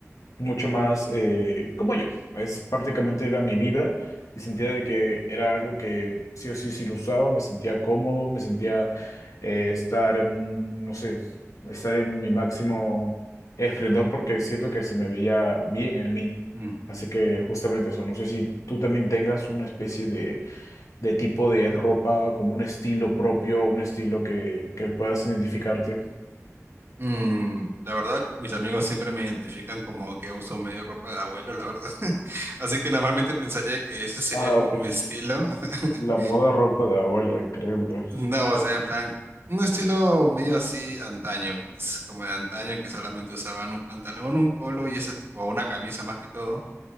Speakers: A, on the left; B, on the right.
A: mucho más eh, como yo. Es prácticamente era mi vibra y sentía de que era algo que sí o sí, si lo usaba, me sentía cómodo, me sentía eh, estar en, un- no sé, estar en mi máximo esplendor porque siento que se me veía bien en mí.
B: Ujú.
A: Así que justamente eso, no sé si tú también tengas una especie de, de tipo de ropa, como un estilo propio, un estilo que, que puedas identificarte.
B: Mm, la verdad, mis amigos siempre me identifican como que uso medio ropa de abuelo, la verdad. <laughs> Así que normalmente pensaría que ese sería
A: Ah,
B: como
A: ok.
B: mi estilo. <laughs>
A: La moda ropa de abuelo, increíble.
B: No, o sea, en plan, un estilo medio así antaño, pues, como de antaño, que solamente usaban un pantalón, un polo y ese, tipo- o una camisa más que todo.